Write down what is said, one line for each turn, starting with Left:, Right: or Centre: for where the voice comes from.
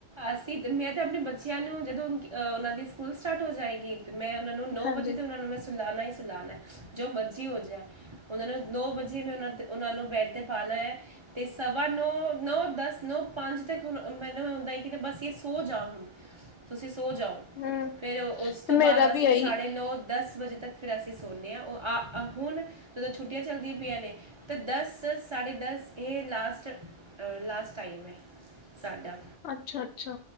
Right: ਅਸੀਂ ਮੈਂ ਤਾਂ ਆਪਣੇ ਬੱਚਿਆਂ ਨੂੰ ਜਦੋਂ ਉਹਨਾਂ ਦੀ ਸਕੂਲ ਸਟਾਰਟ ਹੋ ਜਾਏਗੀ ਤੇ ਮੈਂ ਉਹਨਾਂ ਨੂੰ ਨੂੰ ਨੌ
Left: ਹਾਂਜੀ।
Right: ਵਜੇ ਤੋਂ ਉਹ ਨੂੰ ਮੈਂ ਸੁਲਾਉਣਾ ਹੀ ਸੁਲਾਉਣਾ ਜੋ ਮਰਜ਼ੀ ਹੋ ਜਾਏ ਉਹ ਨੂੰ ਦੋ ਵਜੇ ਮੈਂ ਉਹਨਾਂ ਤੇ ਉਹਨਾਂ ਨੂੰ ਬੈਡ ਤੇ ਪਾਣਾ ਏ ਤੇ ਸਵਾ ਨੌ ਨੌ ਦਸ ਨੌ ਪੰਜ ਤੱਕ ਹੁਣ ਮੈਨੂੰ ਹੁੰਦਾ ਠ ਬਸ ਇਹ ਸੋ ਜਾ ਹੁਣ ਤੁਸੀਂ ਸੋ ਜਾਓ
Left: ਹੂੰ
Right: ਫੇਿਰ ਉਸ ਤੋਂ ਬਾਅਦ
Left: ਮੇਰਾ
Right: ਅਸੀਂ
Left: ਵੀ ਇਹੀ
Right: ਸਾਢੇ ਨੌ ਦਸ ਵਜੇ ਤੱਕ ਫਿਰ ਅਸੀਂ ਸੌਂਨਦੇ ਹਾਂ ਉਹ ਆ ਹੁਣ ਜਦੋਂ ਛੁੱਟੀਆਂ ਚੱਲਦੀਆਂ ਪਈਆਂ ਨੇ ਤਾਂ ਦਸ ਸਾਡੇ ਦਸ ਇਹ ਲਾਸਟ ਲਾਸਟ ਟਾਈਮ ਏ ਸਾਡਾ
Left: ਅੱਛਾ ਅੱਛਾ